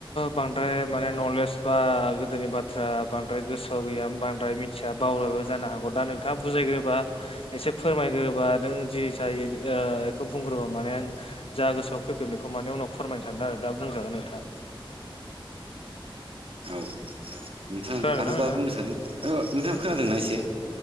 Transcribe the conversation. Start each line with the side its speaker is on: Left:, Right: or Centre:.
Left: बांद्राय माने नलेज बा गोदोनि बाथ्रा बांद्राय गोसो सोआव गैया बांद्राय मिथिया बावलो जानो हागौ दा नोंथाङा बुजायग्रोबा एसे फोरमायग्रोबा नों जि जायो ओ बेखौ बुंग्रोबा माने आं जा गोसोआव फैखो बेखौ माने उनाव फोरमायनो सानदों आरो दा बुंजागोन नोंथां।
Right: औ नोंथां
Left: खोनादों
Right: आथ'
Left: ना नोंथां
Right: दा बुं‌ सान्दों नोंथां खोनादोंना एसे